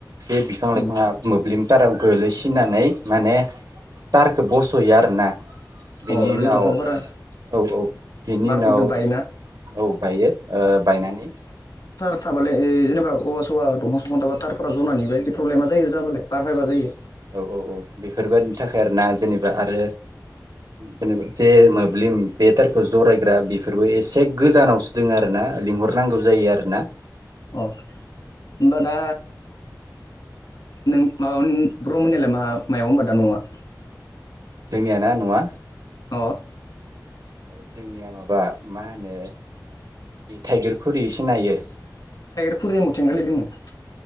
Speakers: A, on the right (about 65°); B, on the left (about 65°).
A: बे बिफां लाइफाङा
B: उम
A: मोब्लिम टाराव गोलैसिननानै माने टारखौ बस'यो आरोना। बेनि
B: अ
A: उनाव
B: बे दंफांफोरा
A: औ औ बिनि
B: बारफोरदो
A: उनाव औ
B: बायोना
A: बायो ओ बायनानि।
B: साबालाय ए जेनेबा औवा - सौवा दफां - संफां दानबा टारफोरा जनानि बेदि प्रब्लेमा जायो आरो जाबालाय बारफायबा जायो।
A: औ औ औ बेफोरबादिनि थाखाय आरोना जेनेबा आरो जेनेबा जे मा ब्लिम बे टारखौ जराय फ्रा बेफोरबो एसे गोजानावसो दोङो आरो ना लिंहरनांगौ जायो आरो ना
B: अ' होनबा दा नों माबा ब्रह्मनियालाय मा मायाव होनबा दा न'आ
A: जोंनियाना न'आ
B: अ
A: जोंनिया माबा मा होनो थाइगेर गुरि सिनायो
B: थाइगेर खुरिया मथिं गोलैदोंङो